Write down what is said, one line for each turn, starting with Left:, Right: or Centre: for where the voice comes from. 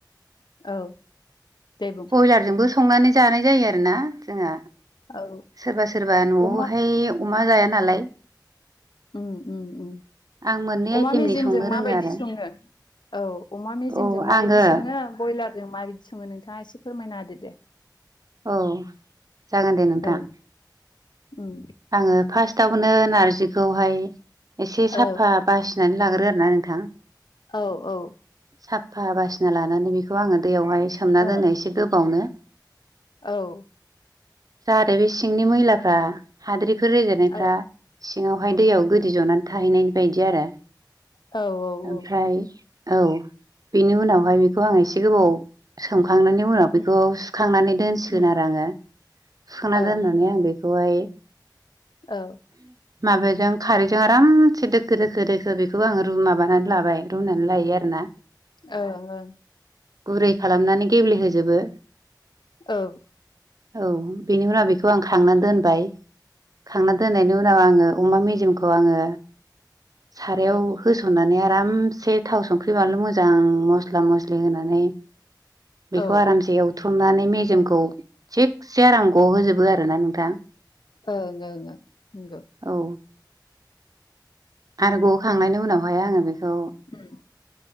Left: औ जेबो
Right: बयलारजोंबो संनानै जानाय जायो आरोना जोंहा
Left: औ
Right: सोरबा सोरबा न'आवहाय
Left: अमा
Right: अमा जाया नालाय।
Left: उम उम उम
Right: आं मोननै आइटेमनि
Left: अमा मेजेमजों
Right: संनो रोङो
Left: माबायदि
Right: आरो
Left: संङो? औ अमा मेजेमजों
Right: औ
Left: माबायदि
Right: आङो
Left: संङो ब्रयलारजों माबायदि संङो नोंथांङा एसे फोरमायना होदो दे।
Right: औ जागोन दे नोंथां।
Left: औ उम
Right: आङो फार्स्टआवनो नारजिखौहाय एसे
Left: औ
Right: साफा बासिनानै लाग्रो आरो ना नोंथां।
Left: औ औ
Right: साफा बासिना लानानै बेखौ आङो दैयावहाय सोमना
Left: औ
Right: दोनो एसे गोबावनो।
Left: औ।
Right: जाहाथे बे सिंनि मैलाफ्रा हाद्रिफोर रेजेरनायफ्रा
Left: औ
Right: सिंङावहाय दैयाव
Left: उम
Right: गोदि ज'नानै थाहैनाय बायदि आरो।
Left: औ औ
Right: ओमफ्राय
Left: औ
Right: औ बेनि उनावहाय बेखौ आं एसे गोबाव सोमखांनायनि उनाव
Left: उम
Right: बेखौ सुखांनानै दोनसिगोन
Left: उम
Right: आरो आंङो सुखांनानै
Left: ओं
Right: दोननानै आं बे खौहाय
Left: औ
Right: माबाजों खारैजों आरामसे दोखो दोखो दोखो बेखौबो आंङो रु माबानानै लाबाय। रुनानै लायो आरो ना।
Left: ओं ओं
Right: गुरै खालामनानै गेब्लेहोजोबो।
Left: औ
Right: औ बेनि उनाव बेखौ आं खांनानै दोनबाय। खांना दोननायनि उनाव आङो अमा मेजेमखौ आङो सारायाव
Left: औ
Right: होसननानै आरामसे थाव संख्रि बानलु मोजां मस्ला मस्लि होनानै <inaudible> बेखौ
Left: औ
Right: आरामसे एवथ्रमनानै मेजेमखौ थिखसे आराम गहोजोबो आरो ना नोंथां।
Left: ओंं ओं ओं नंगौ
Right: औ आरो गहोखांनायनि उनावहाय आंङो बे खौ
Left: उम